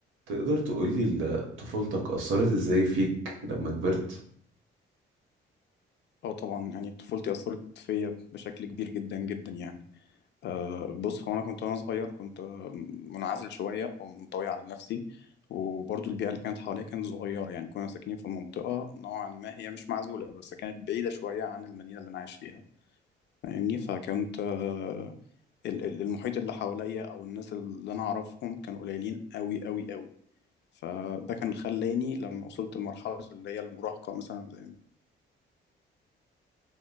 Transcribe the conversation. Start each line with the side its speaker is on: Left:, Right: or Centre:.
Right: تقدر تقولي ال- طفولتك أثرت إزاي فيك لما كبرت؟
Left: اه طبعا يعني طفولتي أثرت فيا بشكل كبير جدا جدا يعني أه بص هو أنا كنت وأنا صغير كنت آه، منعزل شوية أو منطوي على نفسي وبرضو البيئة اللي كانت حواليا كانت صغيرة يعني كنا ساكنين في منطقة نوعا ما هي مش معزولة بس كانت بعيدة شوية عن المدينة اللي أنا عايش فيها فاهمني فكنت أه ال- ال- المحيط اللي حواليا أو الناس اللي أنا أعرفهم كانوا قليلين أوي أوي أوي فده كان خلاني لما وصلت لمرحلة اللي هي المراهقة مثلا